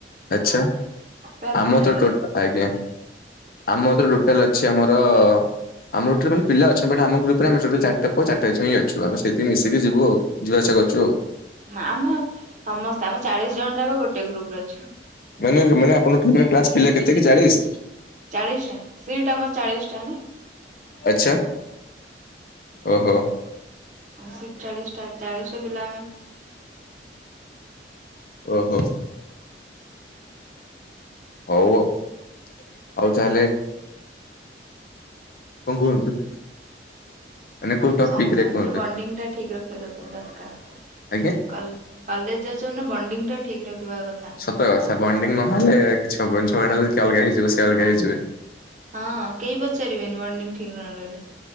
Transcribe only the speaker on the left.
ଆଛା
ଆମ
ତ ଆଜ୍ଞା ଆମର ତ
ଟୋଟାଲ ଅଛି ଆମର ଆମର <unintelligible> ମାନେ ପିଲା ଅଛନ୍ତି ଆମ ଗ୍ରୁପ ରେ ଆମେ ଚାରିଟା ପୁଅ ଚାରିଟା ଝିଅ <unintelligible> ତୁ ମିଶିକି ଯିବୁ ଆଉ ଯିବା ଆସିବା କରୁଚୁ ଆଉ।
ମାନେ ମାନେ ଆପଣଙ୍କ ପିଲା କେତେ କି ଚାଳିଶ
ଆଚ୍ଛା ଓହୋ।
ଓହୋ। ହଉ ହଉ ଆଉ ତାହେଲେ କଣ କୁହନ୍ତୁ? ମାନେ କୋଉ ଟପିକ
ରେ କୁହନ୍ତୁ
ଆଜ୍ଞା।
ତ ସେ ବଣ୍ଡିଙ୍ଗ ନହେଲେ କି <unintelligible> ଛୁଆଟ ହେଲେ ଅଲଗା ହେଇଯିବ ସେ ଅଲଗା ହେଇଯିବ।